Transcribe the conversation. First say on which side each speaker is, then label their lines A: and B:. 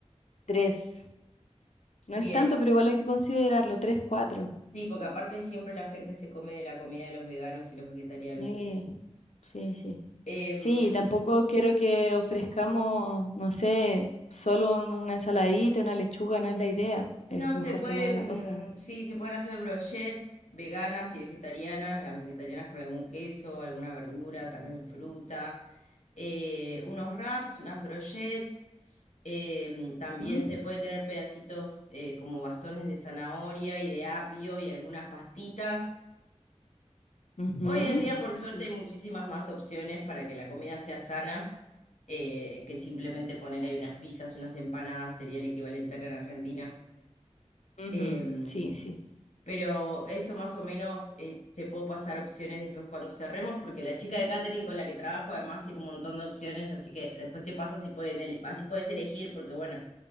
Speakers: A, on the left (about 70°); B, on the left (about 85°).
A: 3. No
B: Bien.
A: es tanto, pero igual hay que considerarlo, 3 4.
B: Sí, porque aparte siempre la gente se come de la comida de los veganos y los vegetarianos.
A: Sí, sí, sí.
B: Em,
A: Sí, tampoco quiero que ofrezcamos, no sé, solo un- una ensaladita, una lechuga, no es la idea.
B: No,
A: Es
B: se
A: mejor
B: pueden,
A: tener una cosa.
B: sí, se pueden hacer brochets veganas y vegetarianas, las vegetarianas con algún queso, alguna verdura, también fruta, eh, unos wraps, unas brochets em, también
A: Ujú,
B: se puede tener pedacitos eh, como bastones de zanahoria y de apio y algunas pastitas.
A: ujú,
B: Hoy en día, por
A: Sí.
B: suerte, hay muchísimas más opciones para que la comida sea sana, eh, que simplemente poner ahí unas pizzas, unas empanadas, sería el equivalente acá en Argentina.
A: ujú,
B: Em,
A: Sí, sí.
B: Pero eso más o menos eh, te puedo pasar opciones después cuando cerremos, porque la chica de catering con la que trabajo además tiene un montón de opciones, así que después te paso así pueden ele- así puedes elegir, porque bueno,